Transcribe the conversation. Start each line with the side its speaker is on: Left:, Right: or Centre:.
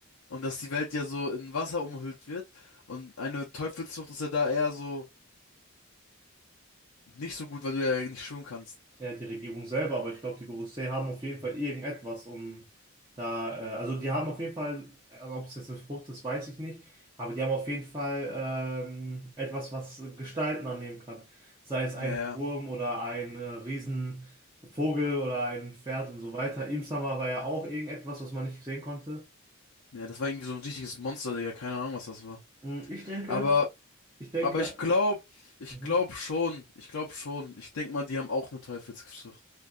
Left: und dass die Welt ja so in Wasser umhüllt wird. Und eine Teufelsfrucht ist ja da eher so nicht so gut, weil du ja nicht schwimmen kannst.
Right: ja, die Regierung selber, aber ich glaube, die Gorosei haben auf jeden Fall irgendetwas, um da, äh, also die haben auf jeden Fall, also ob es jetzt eine Frucht ist, weiß ich nicht, aber die haben auf jeden Fall ähm, etwas, was Gestalten annehmen kann. Sei es ein
Left: Ja, ja.
Right: Wurm oder ein äh, Riesenvogel oder ein Pferd und so weiter. Im Sommer war ja auch irgendetwas, was man nicht sehen konnte.
Left: Ja, das war irgendwie so ein richtiges Monster, Digga. Keine Ahnung, was das war.
Right: Mm, Ich denke,
Left: Aber
Right: ich denke,
Left: Aber ich glaube, ich
Right: mhm.
Left: glaube schon, ich glaube schon. Ich denke mal, die haben auch eine Teufelsgeschichte.